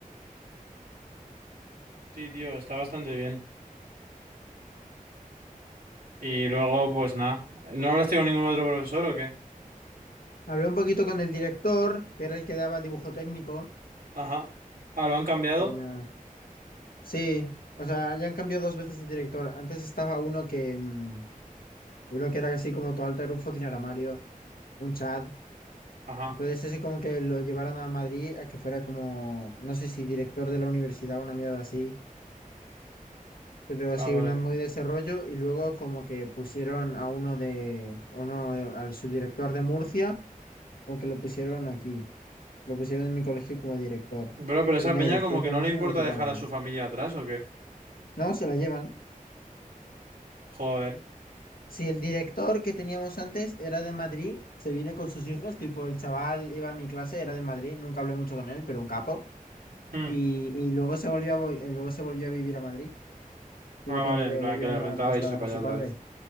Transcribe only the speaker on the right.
Sí, tío, está bastante bien. Y luego, pues nada. ¿No hablaste con ningún otro profesor o qué?
Ajá. Ah, ¿lo han cambiado?
Ajá.
Ah,
vale.
Bro, pero esa
peña
como que
no
le importa
dejar a su familia atrás, ¿o qué?
Joder.
Hmm.
Ah, vale,
en plan
que le rentaba
irse para
allá otra
vez.